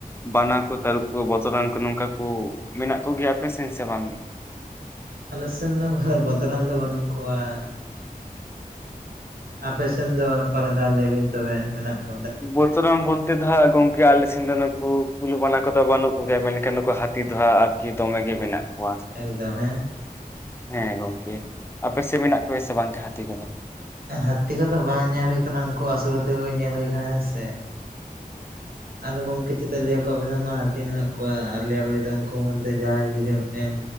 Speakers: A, on the right; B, on the left.
A: ᱦᱩᱸ
B: ᱵᱟᱱᱟ ᱠᱚ ᱛᱟᱹᱨᱩᱵ ᱠᱚ, ᱵᱚᱛᱚᱨᱟᱱ ᱠᱚ ᱱᱚᱝᱠᱟ ᱠᱚ, ᱢᱮᱱᱟᱜ ᱠᱚᱜᱮᱭᱟ ᱟᱯᱮ ᱥᱮᱱ ᱥᱮ ᱵᱟᱝ ᱜᱮ?
A: ᱟᱞᱮ ᱥᱮᱱ ᱫᱚ ᱚᱱᱠᱟ ᱫᱚ, ᱵᱚᱛᱚᱨᱟᱱ ᱫᱚ ᱵᱟᱹᱱᱩᱜ ᱠᱚᱣᱟ ᱾ ᱟᱯᱮ ᱥᱮᱱ ᱫᱚ ᱚᱠᱟ ᱞᱮᱠᱟ, ᱞᱟᱹᱭ ᱵᱤᱱ ᱛᱚᱵᱮ ᱢᱮᱱᱟᱜ ᱠᱚᱣᱟ᱾
B: ᱵᱚᱛᱚᱨᱟᱱ ᱵᱚᱞᱛᱮ ᱫᱚ ᱦᱟᱸᱜ, ᱜᱚᱝᱠᱮ ᱟᱞᱮ ᱥᱮᱱ ᱫᱚ ᱱᱩᱠᱩ ᱠᱩᱞᱤ ᱵᱟᱱᱟ ᱠᱚᱫᱚ ᱵᱟᱹᱱᱩᱜ ᱠᱚᱜᱮᱭᱟ ᱢᱮᱱᱠᱷᱟᱱ ᱱᱩᱠᱩ ᱦᱟ ᱦᱟᱹᱛᱤ ᱫᱚ
A: ᱦᱩᱸ
B: ᱦᱟᱜ ᱟᱨᱠᱤ ᱫᱚᱢᱮ ᱜᱮ, ᱢᱮᱱᱟᱜ ᱠᱚᱣᱟ?
A: ᱮᱠᱫᱚᱢ ᱦᱮᱸ᱾
B: ᱦᱮᱸ ᱜᱚᱝᱠᱮ ᱟᱯᱮ ᱥᱮᱜ, ᱢᱮᱱᱟᱜ ᱠᱚ ᱜᱮᱭᱟ ᱥᱮ ᱵᱟᱝ ᱦᱟᱹᱛᱤ ᱠᱚᱫᱚ?
A: ᱦᱟᱹᱛᱤ ᱠᱚᱫᱚ ᱵᱟᱝ ᱧᱮᱞ ᱦᱩᱭ ᱠᱟᱱᱟ, ᱩᱱᱠᱩ ᱟᱥᱩᱞ ᱦᱟᱹᱛᱤ ᱠᱚᱜᱮ ᱧᱮᱞ ᱦᱳᱭ ᱠᱟᱱᱟ, ᱦᱮᱸ ᱥᱮ᱾ ᱟᱨᱫᱚ ᱜᱚᱢᱠᱮ ᱪᱮᱛᱟ ᱞᱟᱹᱭ ᱟᱠᱚ, ᱟᱯᱮ ᱥᱮ ᱢᱟ ᱦᱟᱛᱤ ᱢᱮᱱᱟᱜ ᱠᱚᱣᱟ, ᱟᱨ ᱞᱟᱹᱭᱟᱠᱚ ᱪᱮᱛᱟ ᱞᱟᱹᱭ ᱟᱠᱚ ᱢᱚᱫᱽᱫᱷᱮ ᱡᱟᱦᱟᱸᱭ ᱢᱤᱫᱴᱮᱱ